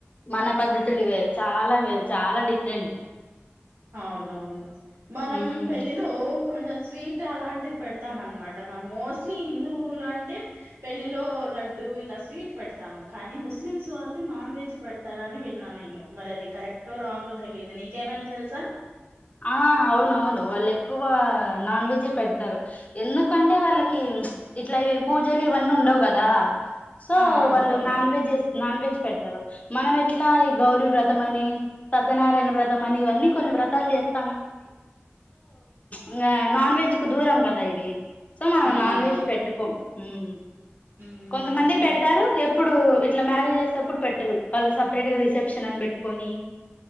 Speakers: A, on the left (about 35°); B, on the right (about 80°).
A: మన పద్ధతులు వేరు చాలా వేరు చాలా డిఫరెంట్
B: అవుఅవును మనం
A: ఉమ్
B: పెళ్ళిలో కొంచెం స్వీట్ అలాంటిది పెడతాం అనమాట మనం మోస్ట్లీ హిందువులు అంటే పెళ్ళిలో లడ్డు ఇలా స్వీట్ పెడతాము కానీ ముస్లిమ్స్ వాళ్ళు నాన్ వెజ్ పెడతారని విన్నా నేను మరి అది కరెక్ట్ో రాంగో తెలియదు నీకేమంటే తెల్సా
A: ఆ అవునవును వాళ్ళు ఎక్కువ నాన్ వెజే పెడతారు ఎందుకంటే వాళ్ళ ఇట్లా పూజలు ఇవన్ను ఉండవు కదా సో
B: ఆ
A: వాళ్ళు
B: అవును
A: నాన్ వెజ్స్ నాన్ వెజ్ పెడతారు మనం ఎట్లా ఈ గౌరీ వ్రతం అని సత్యనారాయణ వ్రతం అని ఇవన్నీ కొన్ని వ్రతాలు చేస్ ఇంగ నాన్ వెజ్ కు దూరం కదా ఇవి సో మనం
B: అవునవును
A: నాన్ వెజ్ పెట్టుకోం హ్మ్.
B: ఉమ్
A: కొంతమంది
B: కరెక్ట్
A: పెడతారు ఎప్పుడు ఇట్లా మ్యారేజ్ చేసేప్పుడు పెట్టరు వాళ్ళు సపరేట్ గా రిసెప్షన్ అని పెట్టుకొని